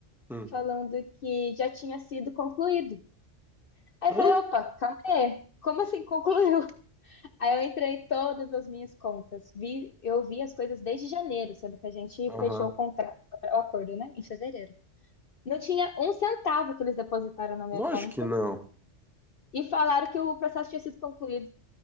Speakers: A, in the centre; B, on the left.
A: Hum.
B: falando que já tinha sido concluído. Aí
A: Hã?
B: eu falei, opa, calma aí. Como assim concluiu? Aí eu entrei em todas as minhas contas. Vi, eu vi as coisas desde janeiro, sendo que a gente
A: Aham.
B: fechou o contrato, o acordo, né? Em fevereiro. Não tinha um centavo que eles depositaram na minha
A: Lógico
B: conta
A: que não.
B: e falaram que o processo tinha sido concluído. Eu